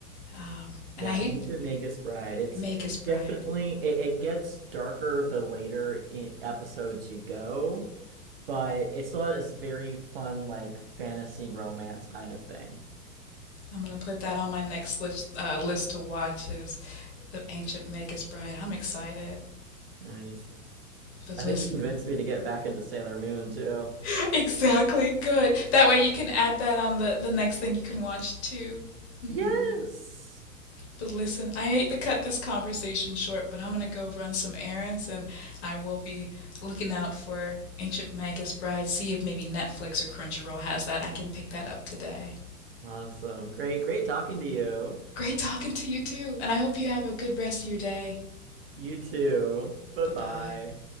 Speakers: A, on the left (about 45°); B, on the right (about 40°).
A: Um, and
B: Yeah,
A: I hate
B: Ancient Magus Bride. It's
A: Magus Bride.
B: definitely it, it gets darker the later i episodes you go, but it's still this very fun like fantasy romance kind of thing.
A: I'm gonna put that on my next list, uh, list to watch is the Ancient Magus Bride. I'm excited.
B: Nice.
A: But
B: I
A: listen,
B: think you've convinced me to get back into Sailor Moon too.
A: <laughs> exactly good. That way you can add that on the the next thing you can watch too. Mm-hmm.
B: Yes.
A: But listen, I hate to cut this conversation short, but I'm gonna go run some errands and I will be looking out for Ancient Magus Bride, see if maybe Netflix or Crunchyroll has that. I can pick that up today.
B: Awesome. Great, great talking to you.
A: Great talking to you too, and I hope you have a good rest of your day.
B: You too. Bye-bye.
A: Bye bye.